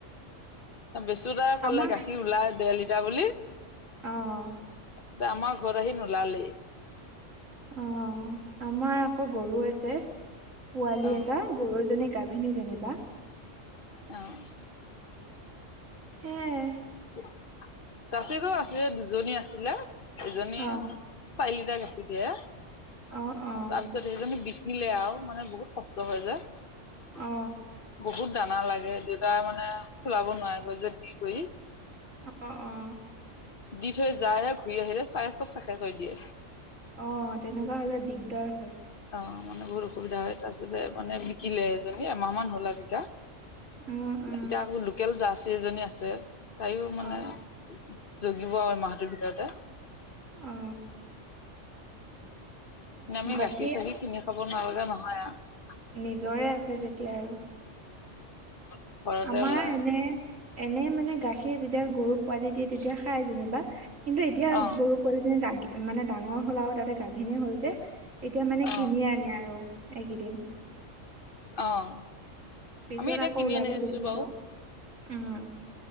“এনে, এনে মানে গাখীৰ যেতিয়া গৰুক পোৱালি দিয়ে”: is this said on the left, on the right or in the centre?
Right